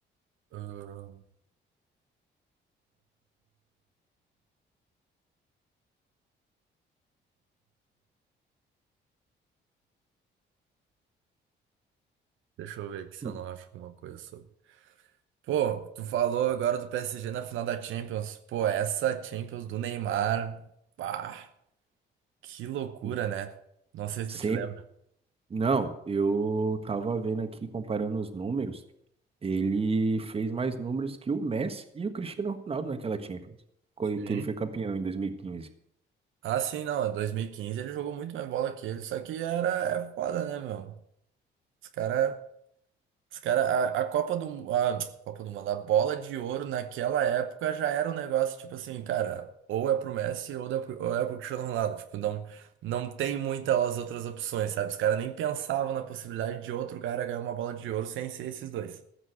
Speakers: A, on the right; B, on the right.
A: Ah, Deixa eu ver aqui se
B: Hum,
A: eu não acho alguma coisa sobre. Pô, tu falou agora do PSG na final da Champions. Pô, essa Champions do Neymar. Pá, que loucura,
B: hum.
A: né? Não sei se
B: Sempre.
A: tu te lembra.
B: Não, eu tava vendo aqui, comparando os números, ele fez mais números que o Messi e o Cristiano Ronaldo naquela Champions, co-
A: Sim.
B: que ele foi campeão em 2015.
A: Ah, sim, não. Em 2015 ele jogou muito mais bola que ele. Só que era é foda, né, meu? Os caras. Os cara, a, a Copa do, a Copa do Mundo, a bola de ouro naquela época já era um negócio tipo assim, cara, ou é pro Messi ou, da, ou é pro Cristiano Ronaldo. Tipo, não, não tem muitas outras opções, sabe? Os caras nem pensavam na possibilidade de outro cara ganhar uma bola de ouro sem ser esses dois.